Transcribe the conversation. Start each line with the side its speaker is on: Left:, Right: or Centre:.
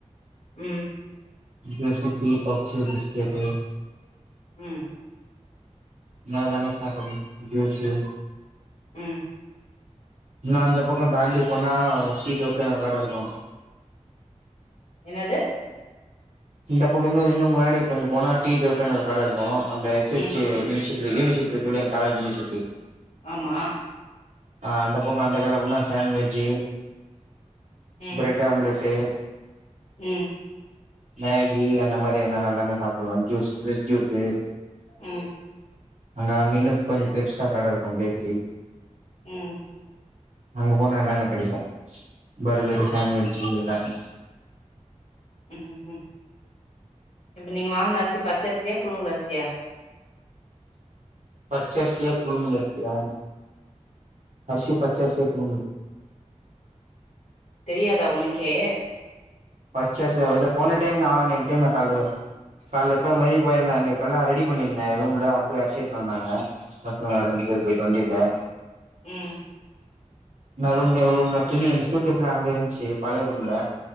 Left: ம்
Right: <unintelligible> பப்சு பிஸ்கட்டு
Left: ம்
Right: நான் எல்லாமே சாப்புவேன் <unintelligible>
Left: ம்
Right: இன்னு அந்த பக்கம் தாண்டி போனா இட்லி தோசை கடை இருக்கும்
Left: என்னது
Right: இந்த பக்கம் இன்னும் இன்னும் முன்னாடி கொஞ்சம் போனா டீ தோசை ஒரு கட இருக்கும் அந்த எஸ் ஹச்
Left: ம்
Right: ஏ யூனியன் சிப் இதுல ஏனி சுர்றாக்குள்ள காலேஜையே சுத்தி
Left: ஆமா
Right: ஆ அந்த பக்கம் அந்த கடைல போன சேன்விஜ்ஜு
Left: ம்
Right: ப்ரெட் ஆம்லேட்டு
Left: ம்
Right: மேகி அந்த மாரி எதுனா எல்லாமே சாப்பிடுவேன் ஜூஸ் ப்ரஸ் ஜூஸு
Left: உம்
Right: அங்க அங்க இன்னும் கொஞ்சம் பெருசா கட இருக்கும் பேக்கரி
Left: உம்
Right: அங்க போனா எல்லாமே கெடைக்கும் பர்கர்ரு சேண்வெஜ்ஜூ எல்லாமெ
Left: உம் ஹும் ம் இப்ப நீங்க வாங்குன அரிசி பச்ச அரிசியா புழுங்க அரிசியா
Right: பச்சரிசியா புழுங்கலரிசியானு அரிசி பச்சரிசி புழுங்கல்
Left: தெரியாதா உனக்கே
Right: பச்சரிசி அது போன டைம் நான் <unintelligible> கால்ல போய் மொய் பைய் இங்க கல்லா ரெடி பண்ணிருந்தேன் ரூம்ல அவ்ங்க போய் அர்சி எனுவந்தாங்க பசங்க ரெண்டு பேர் போயிட்டு வண்டில
Left: உம்
Right: நான் ரூம்ல ரூம்ல துணி இருந்துச்சு தூக்ன அங்க இருந்ச்சு செரி பழய ரூம்ல